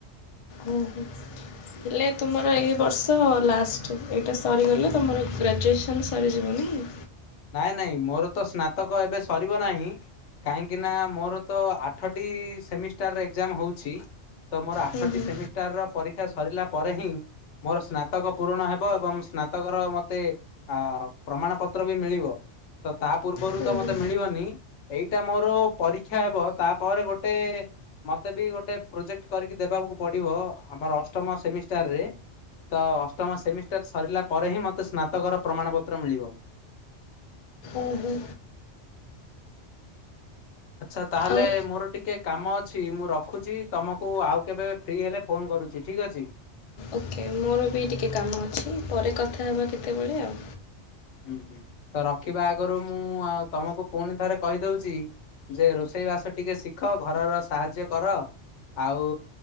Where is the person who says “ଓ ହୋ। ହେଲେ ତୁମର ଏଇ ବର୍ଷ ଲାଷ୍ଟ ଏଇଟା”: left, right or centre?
Left